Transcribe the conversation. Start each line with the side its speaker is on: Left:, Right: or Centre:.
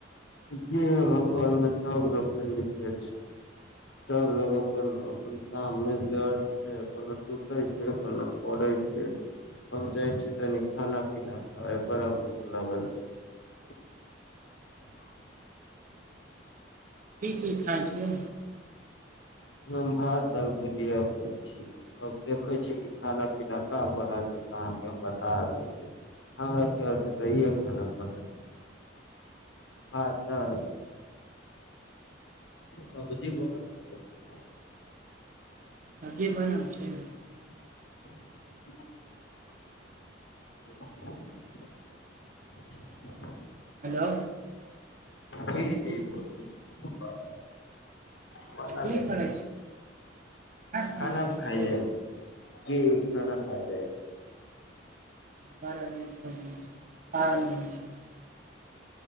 Left: जी हमर घरमे सब लोक तऽ ने निके छै सब लोग अपन अपन काम मे व्यस्त छै कोनो सुते छै कोनो पड़है छै हम जाइ छी तनी खाना पीना खाय बड़ा भूख लागल छै <unintelligible>
Right: की की खाइ छियै
Left: हम भात दाल भुजिया खाय छी आओर देखै छी कि खाना पीना का बनल छै तऽ अहाँके हम बता देब हमरा ख्याल स तऽ ईए खाना बनल छै भात दाल सब्जी बनल छै
Right: सब्जी बनल छै
Left: <unintelligible> <unintelligible>
Right: हेलो
Left: जी जी कोन
Right: की
Left: जाय
Right: करै
Left: छै
Right: खाइ
Left: खाना
Right: जाइ
Left: खाय
Right: छै
Left: जाय छै जी खाना खाय जाय छै
Right: बड़ा लेट हो गेल छै <unintelligible>